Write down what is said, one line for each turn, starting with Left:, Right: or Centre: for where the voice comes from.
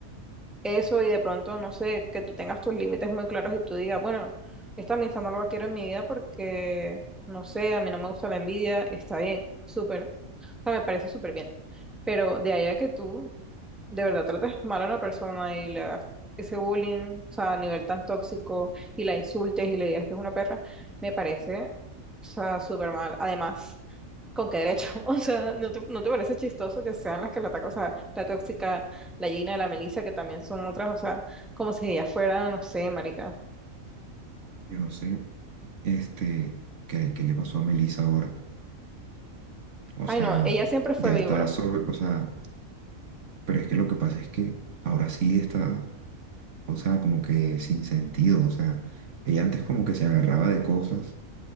Centre: eso y de pronto, no sé, que tú tengas tus límites muy claros y tú digas, bueno, esta amistad no la quiero en mi vida porque, no sé, a mí no me gusta la envidia, está bien, súper, o sea, me parece súper bien. Pero de ahí a que tú de verdad tratas mal a una persona y le hagas ese bullying, o sea, a nivel tan tóxico, y la insultes y le digas que es una perra, me parece, o sea, súper mal. Además, ¿con qué derecho? <laughs> O sea, ¿no te, no te parece chistoso que sean las que la atacan? O sea, la tóxica, la Gina, la Melissa, que también son otras, o sea, como si ellas fueran, no sé, marica.
Right: Yo no sé, este, qué, qué le pasó a Melissa ahora. O
Centre: Ay,
Right: sea,
Centre: no, ella siempre fue
Right: ya
Centre: víbora.
Right: está sobre, o sea, pero es que lo que pasa es que ahora sí está, o sea, como que sin sentido, o sea, ella antes como que se agarraba de cosas